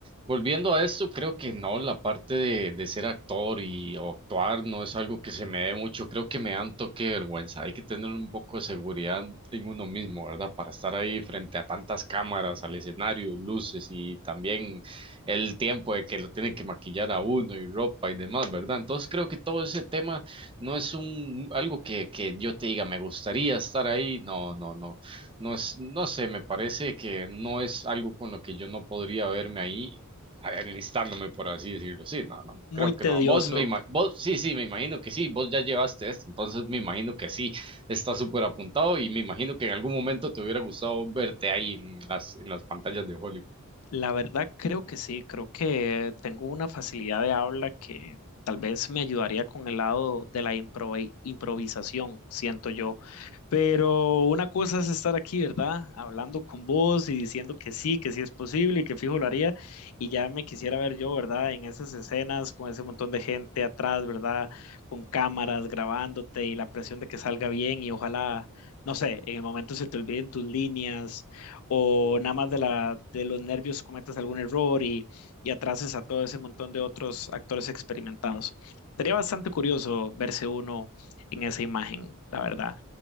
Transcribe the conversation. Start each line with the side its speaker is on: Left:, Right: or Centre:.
Right: volviendo a esto, creo que no, la parte de, de ser actor y o actuar no es algo que se me dé mucho, creo que me dan toque de vergüenza, hay que tener un poco de seguridad en uno mismo, ¿verdad? Para estar ahí frente a tantas cámaras, al escenario, luces y también el tiempo de que lo tienen que maquillar a uno y ropa y demás, ¿verdad? Entonces creo que todo ese tema no es un algo que, que yo te diga, me gustaría estar ahí, no, no, no. No es, no sé, me parece que no es algo con lo que yo no podría verme ahí enlistándome, por así decirlo. Sí, no, no,
Left: Muy
Right: creo
Left: tedioso.
Right: que no. Vos me ima- vos, sí, sí, me imagino que sí, vos ya llevaste esto, entonces me imagino que sí, está súper apuntado y me imagino que en algún momento te hubiera gustado verte ahí en las, en las pantallas de Hollywood.
Left: La verdad creo que sí, creo que tengo una facilidad de habla que tal vez me ayudaría con el lado de la improve- improvisación, siento yo. Pero una cosa es estar aquí, ¿verdad? Hablando con vos y diciendo que sí, que sí es posible y que fijo lo haría. Y ya me quisiera ver yo, ¿verdad? En esas escenas con ese montón de gente atrás, ¿verdad? Con cámaras grabándote y la presión de que salga bien y ojalá, no sé, en el momento se te olviden tus líneas o nada más de, la, de los nervios cometas algún error y, y atrases a todo ese montón de otros actores experimentados. Sería bastante curioso verse uno en esa imagen, la verdad.